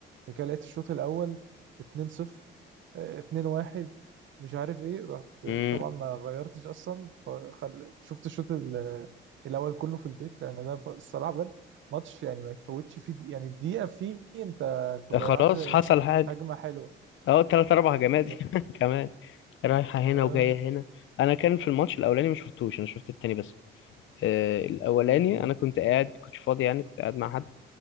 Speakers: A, on the right; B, on the left.
A: بعد كده لقيت الشوط الاول 2-0 آه، 2-1 مش عارف ايه رحت
B: مم.
A: طبعا ما غيرتش اصلا فخل... شفت الشوط ال- الاول كله في البيت لان ده ف- الصراحه بجد ماتش يعني ما يتفوتش فيه دي... يعني الدقيقه فيه انت انت ضيعت
B: خلاص حصل حاجة
A: هجمه حلوه
B: أهو تلات أربع هجمات
A: بالظبط
B: <laughs> كمان رايحة هنا
A: اه
B: وجاية هنا أنا كان في الماتش الأولاني ما شفتوش أنا شفت التاني بس آه، الاولاني
A: امم
B: انا كنت قاعد كنتش فاضي يعني كنت قاعد مع حد